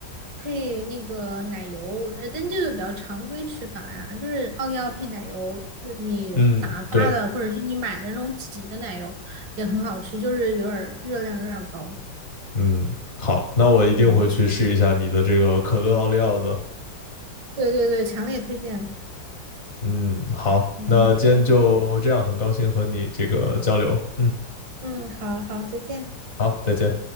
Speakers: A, on the right; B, on the left.
A: 配那个奶油，我觉得但这个比较常规吃法呀，就是奥利奥配奶油，就是你打发的或者是你买的那种挤的奶油也很好吃，
B: 嗯，对，
A: 就是有点儿热量有点儿高，
B: 嗯，好，那我一定会去试一下你的这个可乐奥利奥的。
A: 嗯，对对对，强烈推荐，
B: 嗯，好，
A: 嗯嗯。
B: 那今天就这样，很高兴和你这个交流。嗯，
A: 嗯，好好，再见。
B: 好，再见。